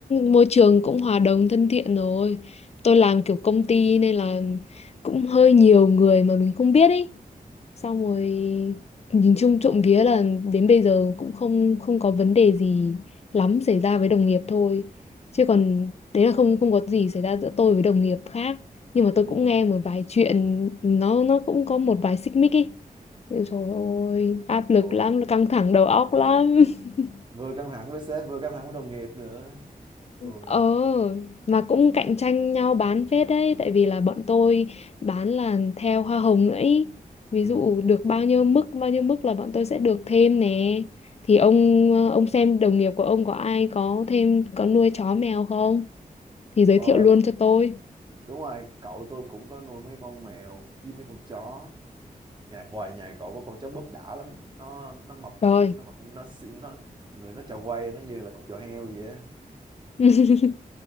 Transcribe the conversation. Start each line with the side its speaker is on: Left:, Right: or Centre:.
Left: môi trường cũng hòa đồng thân thiện rồi tôi làm
Right: À,
Left: kiểu công ty nên là cũng hơi nhiều người mà mình không biết ý xong
Right: ừ.
Left: rồi nhìn chung trộm vía là đến bây giờ cũng không không có vấn đề gì lắm xảy ra với đồng nghiệp thôi chứ còn đấy là không không có gì xảy ra giữa tôi với đồng nghiệp khác nhưng mà tôi
Right: Ừ.
Left: cũng nghe một vài chuyện nó nó cũng có một vài xích mích ý trời ơi áp lực
Right: Ồ.
Left: lắm căng thẳng đầu óc lắm <laughs>
Right: vừa căng thẳng với sếp vừa căng thẳng với đồng nghiệp nữa ôi
Left: Ờ, mà cũng cạnh tranh nhau bán phết đấy, tại vì là bọn tôi bán là theo hoa hồng nữa ý. Ví
Right: ừ.
Left: dụ được bao nhiêu mức, bao nhiêu mức là bọn tôi sẽ được thêm nè. Thì ông ờ, ông xem đồng nghiệp của ông có ai có thêm có nuôi chó mèo không? Thì giới
Right: ờ,
Left: thiệu luôn cho tôi.
Right: đúng rồi cậu tôi cũng có nuôi mấy con mèo với mấy con chó nhà ngoài nhà cậu có con chó búp đã lắm nó nó mập
Left: Rồi,
Right: nó mập nó xinh nó người nó tròn quay nó như là cục giò heo vậy á
Left: <laughs>